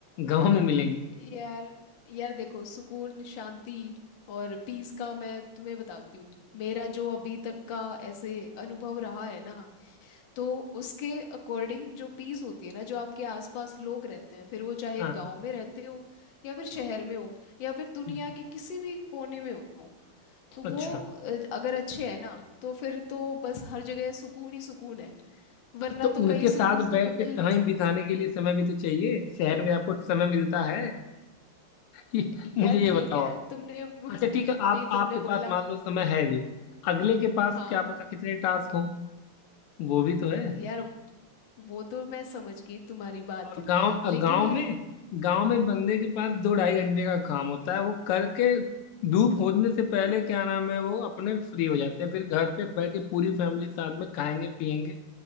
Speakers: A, on the left (about 85°); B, on the left (about 65°).
A: गांव में मिलेंगी
B: यार यार देखो सुकून शांति और पीस का मैं तुम्हें बताती हूँ मेरा जो अभी तक का ऐसे अनुभव रहा है ना तो उसके अकॉर्डिंग जो पीस होती है ना जो आपके आसपास लोग रहते हैं फिर वो चाहे
A: हाँ
B: गांव में रहते हो या फिर शहर में हो या फिर दुनिया
A: हम्म,
B: के किसी भी कोने में हो तो वो
A: अच्छा
B: अ, अगर अच्छे हैं ना तो फिर तो बस हर जगह सुकून ही सुकून है वरना
A: तो
B: तो
A: उनके
B: कहीं
A: साथ
B: सुकून तुम्हें
A: बैठ के
B: मिल
A: टाइम
B: नहीं सकता
A: बिताने के लिए समय भी तो चाहिए शहर में आपको समय मिलता है ये,
B: यार
A: मुझे ये
B: ठीक
A: बताओ
B: है
A: आप
B: तुमने <laughs> नहीं
A: अच्छा ठीक है आप
B: तुमने
A: आपके पास
B: बोला
A: मान लो समय है भी अगले के पास
B: हाँ
A: क्या पता कितने टास्क हों वो भी तो है
B: यार वो तो मैं समझ गई तुम्हारी बात
A: और गांव
B: लेकिन
A: गांव में गांव में बंदे के पास दो ढाई घंटे का काम होता है वो करके धूप होने से पहले क्या नाम है वो अपने फ्री हो जाते हैं फिर घर पे बैठ के पूरी फैमिली साथ में खाएंगे पियेंगे